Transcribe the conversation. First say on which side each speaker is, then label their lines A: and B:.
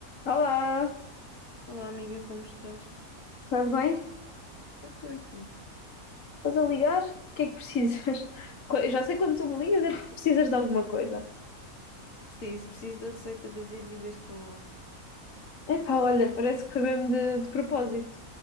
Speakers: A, on the left; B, on the left.
A: Olá,
B: Olá, amiga, como estás?
A: estás bem?
B: Eu estou e tu?
A: Estás a ligar? O que é que precisas? Co- Eu já sei quando tu me ligas é porque precisas de alguma coisa.
B: Preciso, preciso da receita das ervilhas com ovos.
A: Epá, olha, parece que foi mesmo de, de propósito.